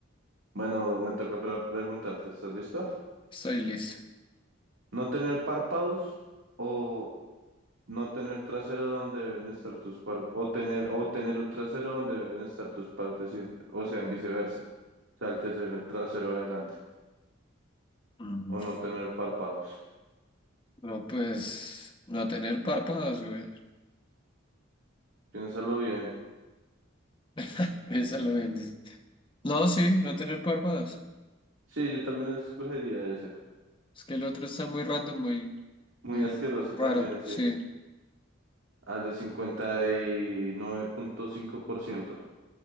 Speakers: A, on the right (about 70°); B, on the left (about 25°).
A: Bueno, me toca pre- preguntarte, ¿estás listo?
B: estoy listo.
A: ¿No tener párpados o No tener trasero donde deben estar tus partes, o tener, o tener un trasero donde deben estar tus partes, y- o sea, en viceversa. O sea, el tener trasero adelante,
B: Mm.
A: o no tener párpados.
B: No, pues no tener párpados, güey.
A: Piénsalo bien.
B: <laughs> Esa la vendes. No, sí, no tener párpados.
A: Sí, yo también escogería ese.
B: Es que el otro está muy random, muy,
A: Muy
B: muy
A: asqueroso
B: raro.
A: también, sí.
B: Sí,
A: Al de 59.5%.